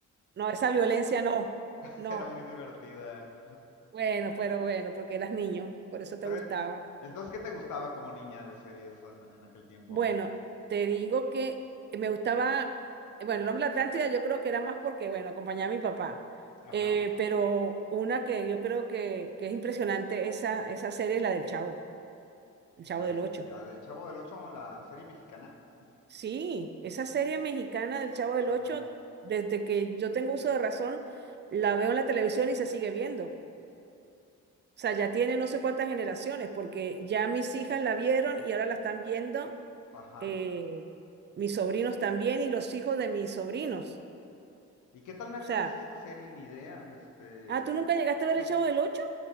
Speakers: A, on the right; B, on the left.
A: No, esa violencia no.
B: <laughs>
A: No.
B: era muy divertida.
A: Bueno, pero bueno, porque eras niño, por eso te
B: Pero
A: gustaba.
B: entonces, ¿qué te gustaba como niña de series en, en aquel tiempo?
A: Bueno, te digo que me gustaba, eh, bueno, el nombre de la Atlántida yo creo que era más porque, bueno, acompañaba a mi papá.
B: Ajá.
A: Eh, pero una que yo creo que, que es impresionante, esa, esa serie es la del Chavo, el Chavo
B: La del,
A: del Ocho.
B: la del Chavo del Ocho, la serie mexicana.
A: Sí, esa serie mexicana del Chavo del
B: Ajá,
A: Ocho, desde que yo tengo uso de razón, la veo en la televisión y se sigue viendo. O sea, ya tiene no sé cuántas generaciones, porque ya mis hijas la vieron y ahora la están viendo
B: ajá.
A: eh, mis sobrinos también y los hijos de mis sobrinos.
B: ¿Y qué tan larga
A: O sea,
B: es esta serie? Ni idea. Este,
A: ah, ¿tú nunca llegaste a ver
B: te-
A: el Chavo del Ocho?